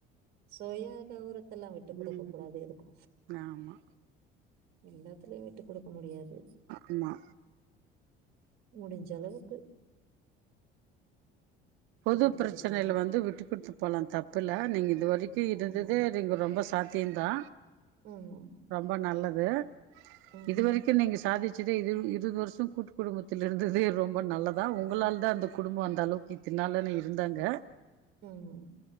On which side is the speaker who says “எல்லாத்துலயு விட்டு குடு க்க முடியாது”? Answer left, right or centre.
Right